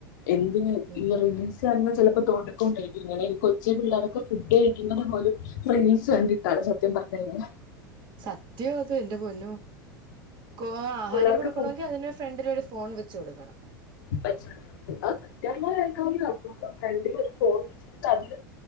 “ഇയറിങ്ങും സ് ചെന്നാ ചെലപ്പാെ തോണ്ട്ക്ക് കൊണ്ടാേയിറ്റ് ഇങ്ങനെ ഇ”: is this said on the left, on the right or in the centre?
Left